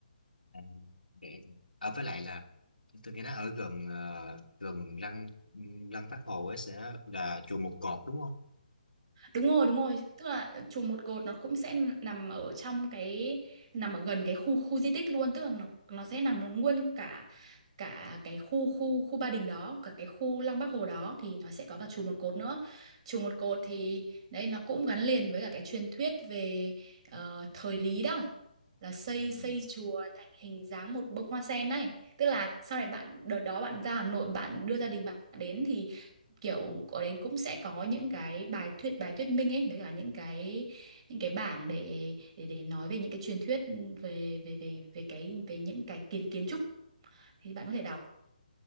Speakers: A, on the left; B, on the right.
A: À, rẻ thì- à, với lại là tôi nghe nói ở gần ờ, gần lăng lăng Bác Hồ ấy sẽ là chùa Một Cột đúng không?
B: Đúng rồi, đúng rồi. Tức là chùa Một Cột nó cũng sẽ nằm ở trong cái nằm ở gần cái khu khu di tích luôn, tức là nó nó sẽ nằm nguyên cả cả cái khu khu khu Ba Đình đó, cả cái khu Lăng Bác Hồ đó thì nó sẽ có cả chùa Một Cột nữa. Chùa Một Cột thì đấy nó cũng gắn liền với cả cái truyền thuyết về ờ, thời Lý đó là xây
A: Ừ.
B: xây chùa thành hình dáng một bông hoa sen này. Tức là sau này bạn đợt đó bạn ra Hà Nội bạn đưa gia đình bạn đến kiểu ở đấy cũng sẽ có những cái bài thuyết bài thuyết minh ấy với cả những cái những cái bảng để để để nói về những cái truyền thuyết ừ, về về về về cái về những cái kiến kiến trúc thì bạn có thể đọc